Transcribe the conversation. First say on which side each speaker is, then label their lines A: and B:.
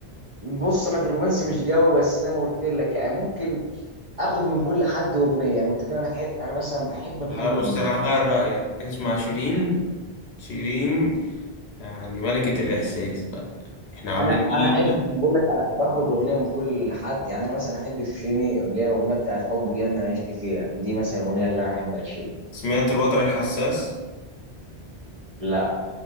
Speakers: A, on the right; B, on the left.
A: بص انا في الرومانسي مش قوي بس زي ما قلت لك يعني ممكن اخد من كل حد اغنيه يعني قلت لك انا بحب انا مثلا بحب محمد
B: لا بص
A: منير
B: انا هغير رأيك اسمع شيرين شيرين يعني ملكة الإحساس بقى احنا عاملين
A: انا
B: كل
A: انا
B: اللي
A: احب
B: فات.
A: بقول لك انا باخد اغنيه من كل حد يعني انا مثلا احب في شيرين اللي هي الاغنيه بتاعت حب وجنه انا عشت فيها دي مثلا الاغنيه اللي انا احبها لشيرين
B: سمعت الوتر الحساس؟
A: لا